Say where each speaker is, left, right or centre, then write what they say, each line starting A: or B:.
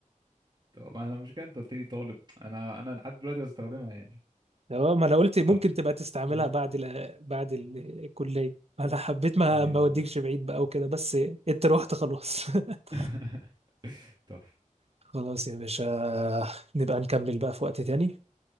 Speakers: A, on the right (about 30°); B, on the right (about 50°).
A: طب انا مش كده انت قلت لي طالب انا انا لحد دلوقتي بستخدمها يعني
B: اه ما انا قلت ممكن
A: طب
B: تبقى تستعملها
A: آه.
B: بعد ال... بعد ال- الكليه انا حبيت ما
A: ايوه
B: ما اوديكش بعيد بقى وكده بس انت روحت خلاص <laughs>
A: <laughs> تحفة
B: خلاص يا باشا نبقى نكمل بقى في وقت تاني